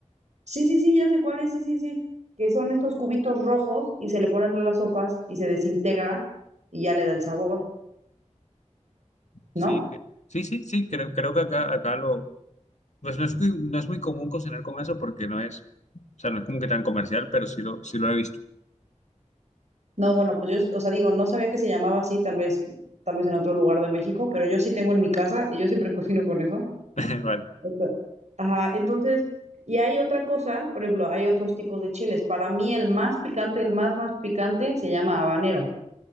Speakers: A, on the right; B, on the left.
A: Sí, sí, sí, ya sé cuál es, sí, sí, sí. Que son estos cubitos rojos y se le ponen a las sopas y se desintegra y ya le da el sabor,
B: Sí,
A: ¿no?
B: que, sí, sí, sí, creo, creo que acá, acá lo, pues no es, cu- no es muy común cocinar con eso porque no es, o sea, no es como que tan comercial, pero sí lo, sí lo he visto.
A: No, bueno, pues yo, o sea, digo, no sabía que se llamaba así, tal vez, tal vez en otro lugar de México, pero yo sí tengo en mi casa y yo siempre cocino con eso.
B: <laughs> Vale.
A: O sea, Ajá, entonces, y hay otra cosa, por ejemplo, hay otros tipos de chiles. Para mí el más picante, el más más picante, se llama habanero.